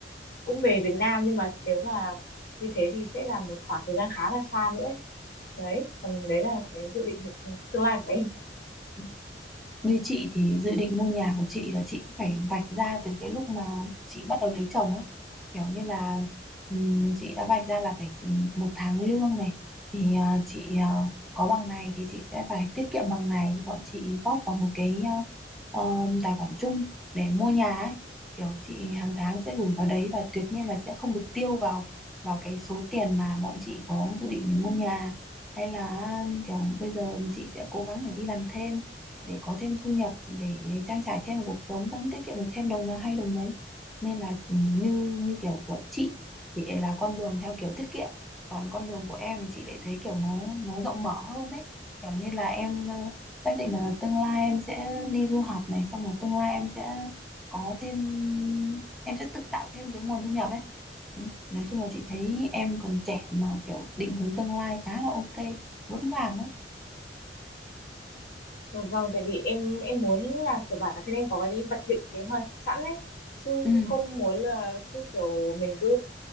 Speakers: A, on the left; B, in the centre.
A: cũng về Việt Nam nhưng mà nếu mà như thế thì sẽ là một khoảng thời gian khá là xa nữa ấy. đấy còn đấy là cái dự định hiện ừ, tương lai của em
B: Ừ. Như chị thì dự định mua nhà của chị là chị phải vạch ra từ cái lúc mà chị bắt đầu lấy chồng ấy. Kiểu như là ừm, chị đã vạch ra là phải một tháng lương này thì à, chị à, có bằng này thì chị sẽ phải tiết kiệm bằng này, bọn chị góp vào một cái à, ờm, tài khoản chung để mua nhà ấy. Kiểu chị hàng tháng sẽ gửi vào đấy và tuyệt nhiên là sẽ không được tiêu vào vào cái số tiền mà bọn chị có dự định để mua nhà hay là kiểu bây giờ chị sẽ cố gắng để đi làm thêm để có thêm thu nhập để trang trải thêm cuộc sống tăng tiết kiệm được thêm đồng nào hay đồng đấy nên là ừ, như như kiểu của chị thì là con đường theo kiểu tiết kiệm còn con đường của em thì chị lại thấy kiểu nó nó rộng mở hơn đấy kiểu như là em ờ, xác định là tương lai em sẽ đi du học này xong rồi tương lai em sẽ có thêm em sẽ tự tạo thêm cái nguồn thu nhập ấy Đấy, nói chung là chị thấy em còn trẻ mà kiểu định hướng tương lai khá là ok vững vàng đấy
A: Ừ, vâng tại vì em em muốn là kiểu bản thân em có cái đi vạch định kế hoạch sẵn ấy chứ
B: ừ
A: cũng không muốn là cứ kiểu mình cứ